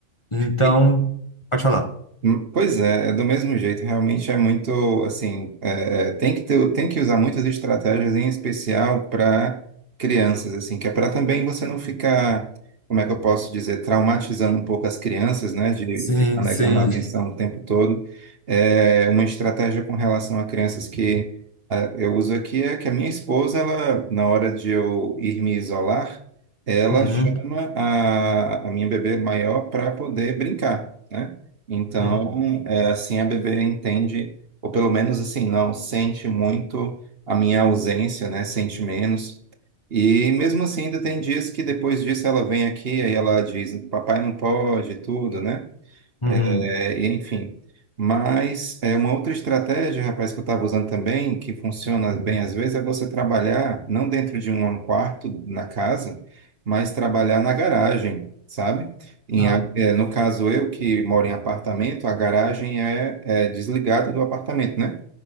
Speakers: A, on the left; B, on the right.
A: Então,
B: E,
A: pode falar.
B: Hum, Pois é, é do mesmo jeito, realmente é muito, assim, é, é, tem que ter, tem que usar muitas estratégias, em especial para crianças, assim, que é para também você não ficar, como é que eu posso dizer, traumatizando um pouco as crianças, né, de
A: Sim,
B: ficar negando
A: sim.
B: a atenção o tempo todo. É, uma estratégia com relação a crianças que ah, eu uso aqui é que a minha esposa, ela, na hora de eu ir me isolar, ela
A: Uhum,
B: chama a, a minha bebê maior para poder brincar. né? Então,
A: uhum,
B: é, assim a bebê entende, ou pelo menos assim, não, sente muito a minha ausência, né? Sente menos. E mesmo assim, ainda tem dias que depois disso ela vem aqui, aí ela diz, papai não pode, e tudo, né?
A: uhum.
B: É, e enfim. Mas é uma outra estratégia, rapaz, que eu estava usando também, que funciona bem às vezes, é você trabalhar não dentro de um quarto na casa, mas trabalhar na garagem, sabe? Em
A: Ah,
B: a- é, no caso eu que moro em apartamento, a garagem é, é desligada do apartamento, né?